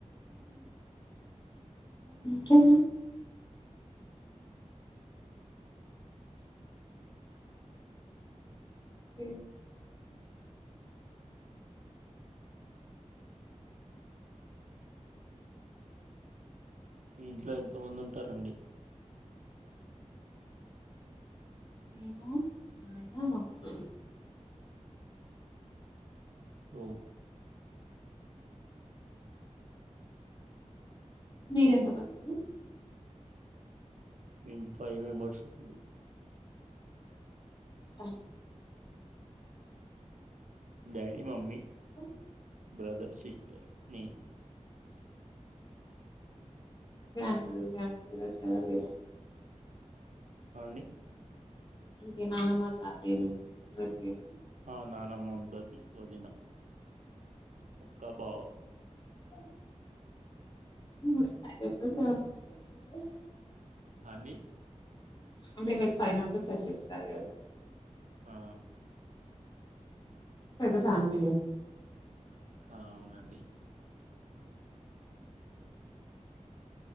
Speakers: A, on the left; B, on the right.
A: కే పేర్
B: మీ ఇంట్లో ఎంత మంది ఉంటారండి
A: నేను మా ఆయన మా అక్కొల్లు
B: హో
A: మీరెంతమందండి
B: మేము ఫైవ్ మెంబర్స్ అండి
A: ర
B: డాడీ మమ్మీ
A: అ
B: బ్రదర్ సిస్టర్ నేను
A: నార్మల్ గానే <inaudible> లేదు
B: ఆ అండి
A: ఇంకేంటి నానమ్మ తాతయ్యలు ఎవరు లేరా
B: ఆ నానమ్మ ఉంటది వదిన అక్క బావా
A: అ <inaudible>
B: ఆండి
A: అంటే మీరు పైనుంటే సరి చెపుతారు కదా
B: ఆ
A: పెద్ద ఫ్యామిలీ కదా
B: ఆ అవునండి